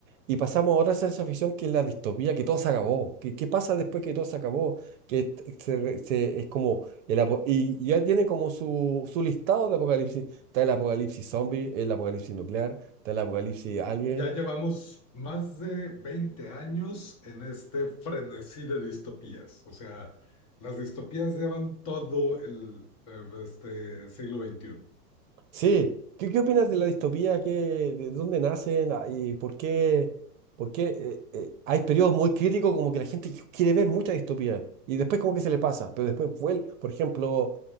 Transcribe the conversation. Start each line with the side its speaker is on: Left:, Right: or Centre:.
Right: y pasamos a otra ciencia ficción que es la distopía, que todo se acabó. ¿Qué, qué pasa después que todo se acabó? Que est- eh, se re- se- es como, el apo- y, y ya tiene como su, su listado de apocalipsis. Está el apocalipsis zombie, el apocalipsis nuclear, está el apocalipsis alien.
Left: Ya llevamos más de 20 años en este frenesí de distopías. O sea, las distopías llevan todo el eh, este siglo veintiuno.
Right: Sí, ¿qué, qué opinas de la distopía? ¿Qué, de dónde nacen? Ah, ¿Y por qué, por qué eh, eh, hay periodos muy críticos como que la gente qui- quiere ver mucha distopía y después como que se le pasa, pero después vuelve, por ejemplo,